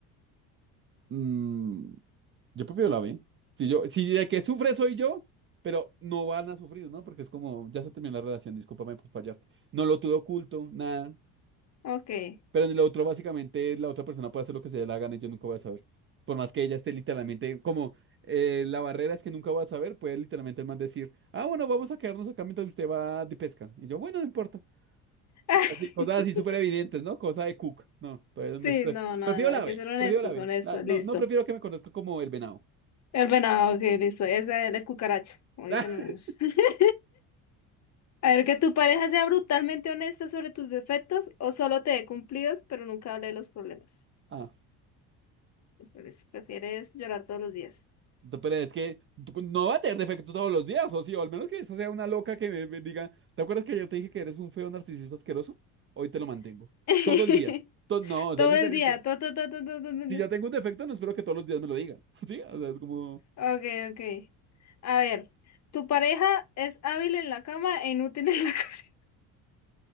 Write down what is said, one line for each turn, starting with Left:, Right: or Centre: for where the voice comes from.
Right: Mm, Yo prefiero la B. Si yo, si de que sufre soy yo, pero no van a sufrir, ¿no? Porque es como, ya se terminó la relación, discúlpame por fallarte. No lo tuve oculto, nada.
Left: Ok.
Right: Pero en el otro, básicamente, la otra persona puede hacer lo que se le dé la gana y yo nunca voy a saber. Por más que ella esté literalmente, como eh, la barrera es que nunca voy a saber, puede literalmente el man decir, ah, bueno, vamos a quedarnos acá mientras usted va de pesca. Y yo, bueno, no importa.
Left: <laughs>
Right: Así, cosas así súper evidentes, ¿no? Cosa de Cook. No, todavía
Left: Sí,
Right: me... pre-
Left: no, no,
Right: Prefiero
Left: no,
Right: la
Left: hay
Right: B,
Left: que ser honestos,
Right: prefiero la B.
Left: honestos,
Right: La- no,
Left: listo.
Right: no prefiero que me conozca como el venado.
Left: El venado, ok, listo, esa es la cucaracha, como
Right: <laughs>
Left: dicen algunos. <laughs> A ver, que tu pareja sea brutalmente honesta sobre tus defectos o solo te dé cumplidos, pero nunca hable de los problemas.
Right: Ah.
Left: Listo, listo. Prefieres llorar todos los días.
Right: Tú- Pero es que tú no va a tener defecto todos los días, o sí, o al menos que esa sea una loca que me, me diga, ¿te acuerdas que ayer te dije que eres un feo narcisista asqueroso? Hoy te lo mantengo.
Left: <laughs>
Right: Todo el día. To- no, o
Left: Todo
Right: sea, es diferente.
Left: el día. todo, todo, todo, todo, todo, todo.
Right: Si ya tengo un defecto, no espero que todos los días me lo diga. <laughs> Sí, o sea, es como,
Left: Ok, ok. A ver, tu pareja es hábil en la cama e inútil en la <laughs> cocina.